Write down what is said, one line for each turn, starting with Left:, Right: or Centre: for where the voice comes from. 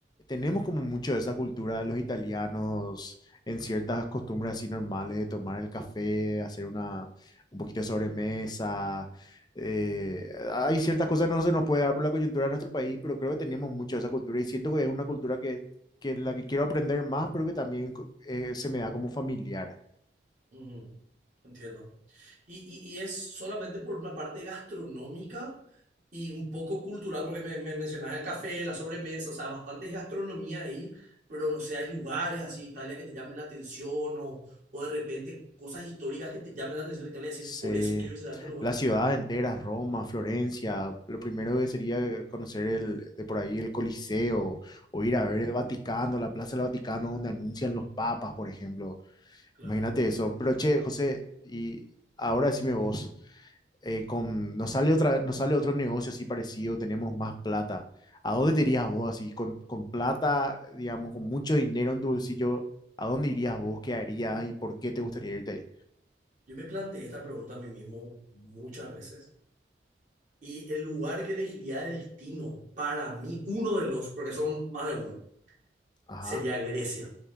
Left: tenemos como mucho de esa cultura de los italianos en ciertas costumbres así normales de tomar el café, hacer una, un poquito de sobremesa. eh, hay ciertas cosas que no se nos puede dar por la coyuntura de nuestro país, pero creo que tenemos mucho de esa cultura y siento que es una cultura que, que la que quiero aprender más, pero que también co- eh, se me da como familiar.
Right: Ujú, entiendo. Y, y, y es solamente por una parte gastronómica y un poco cultural, porque me, me mencionas el café, la sobremesa, o sea, bastante gastronomía ahí, pero no sé, hay lugares así, Italia, que te llamen la atención o, o de repente cosas históricas que te llamen la atención de Italia y decir,
Left: Sí,
Right: por eso quiero visitar este lugar.
Left: las ciudades enteras, Roma, Florencia, lo primero que sería conocer el, de por ahí el Coliseo o ir a
Right: Uh,
Left: ver el Vaticano, la Plaza del Vaticano donde anuncian los papas, por ejemplo.
Right: claro.
Left: Imagínate eso. Pero che, José, y ahora decime vos, eh, con, nos sale otra, nos sale otro negocio así parecido, tenemos más plata. ¿A dónde te irías vos así, con, con plata, digamos, con mucho dinero en tu bolsillo? ¿A dónde irías vos? ¿Qué harías y por qué te gustaría irte ahí?
Right: Yo me planteé esta pregunta a mí mismo muchas veces y el lugar que elegiría de destino para mí, uno de los, porque son más de uno,
Left: Ajá.
Right: sería Grecia.